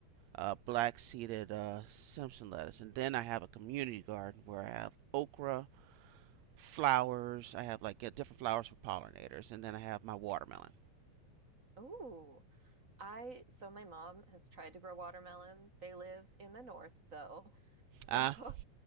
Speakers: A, on the right; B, on the right.
A: uh, black seeded uh, Simpson lettuce. And then I have a community garden where I have okra, flowers. I have like yeah, different flowers for pollinators, and then I have my watermelon.
B: oh. I so my mom has tried to grow watermelon. They live in the north though. So
A: Ah,
B: <laughs>
A: uh,